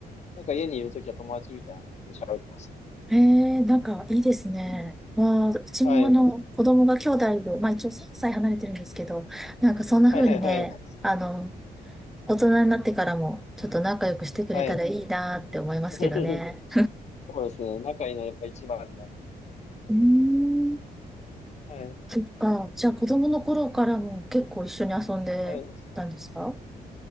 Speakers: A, on the left; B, in the centre.
A: なんか家にいるときは友達みたいな感じで喋ってますね。
B: えー、なんかいいですね。まあ、うちもあの、
A: はい。
B: 子供が兄弟で、まあ一応3歳離れてるんですけど、なんかそんな風にね、
A: はいはいはい。
B: あの、大人になってからもちょっと仲良くしてくれたらいいなって思いますけどね。
A: はい。<laughs> そうですね。仲いいのはやっぱ一番なんで。
B: うーん
A: はい。
B: そっか。じゃあ子供の頃からも結構一緒に遊んでたんですか
A: はい。